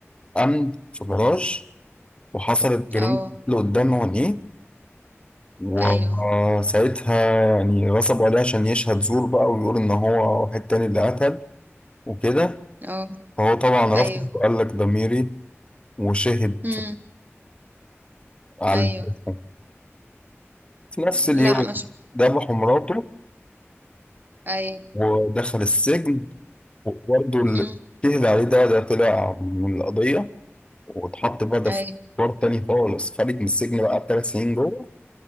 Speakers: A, on the left (about 25°); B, on the right (about 40°).
A: امن في جراج وحصلت جريمه
B: اه
A: اللي قدام عينيه وساعتها
B: ايوه
A: يعني غصبوا عليه عشان يشهد زور بقى ويقول ان هو واحد تاني اللي قتل وكده
B: اه
A: فهو طبعا
B: ايوه
A: رفض وقال لك ضميري وشهد
B: امم
A: على
B: ايوه
A: الجريمة. في نفس
B: لا
A: اليوم
B: ما شفتش
A: ذبحوا مراته
B: ايوه
A: ودخل السجن وبرضه اللي
B: امم
A: شهد عليه ده ده طلع من القضية واتحط بقى ده
B: ايوه
A: في إطار تاني خالص خارج من السجن بقى بثلاث سنين جوه